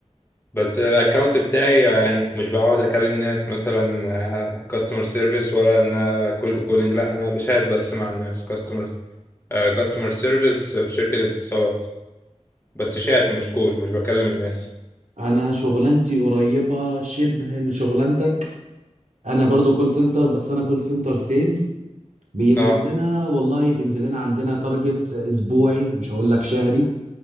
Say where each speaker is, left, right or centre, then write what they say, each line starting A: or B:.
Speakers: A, on the left (about 20°); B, on the right (about 80°).
A: بس الاكونت بتاعي يعني مش بقعد اكلم ناس مثلا كاستمر سيرفيس ولا ان انا كولد كولينج لا انا بشات بس مع الناس كاستمر كاستمر سيرفيس في شركه اتصالات بس شات مش كول مش بكلم الناس
B: انا شغلانتي قريبه شبه لشغلانتك انا برضو كول سنتر بس انا كول سنتر سيلز بينزل
A: اه
B: لنا والله بينزل لنا عندنا تارجت اسبوعي مش هقول لك شهري